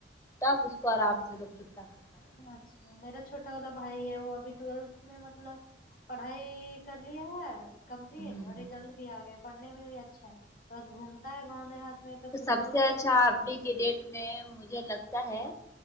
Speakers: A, on the left; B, on the left.
A: تب اس کو آرام سے لوگ چکتا کرتے
B: اچھا میرا چھوٹا والا بھائی ہے وہ ابھی ٹویلتھ میں مطلب پڑھائی کر لیا ہے کمپلیٹ
A: ہوں،
B: اور ریزلٹ بھی آ گیا پڑھنے میں بھی اچھا ہے بس گھومتا ہے گاؤں دیہات میں
A: تو
B: سوچ
A: سب سے
B: رہے
A: اچھا ابھی کی ڈیٹ میں مجھے لگتا ہے